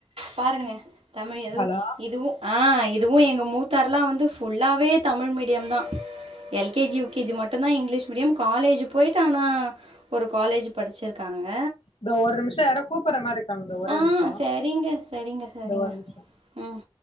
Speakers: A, on the right; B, on the left.
A: பாருங்க தமிழ் எதுவும்
B: ஹலோ
A: இதுவும் ஆ இதுவு எங்க மூத்தார்ல்லா வந்து ஃபுல்லாவே தமிழ் மீடியம்தா L K G, U K G மட்டுந்தா இங்கிலீஷ் மீடியம் காலேஜ் போயிட்டு ஆனா ஒரு காலேஜ் படிச்சிருக்காங்க
B: இந்த ஒரு நிமிஷம் யாரோ கூப்பிடுற மாதிரி இருக்காங்க இந்த ஒரே
A: ஆ
B: நிமிஷம்
A: சரிங்க சரிங்க சரிங்க
B: இந்த ஒரு நிமிஷம்
A: ம்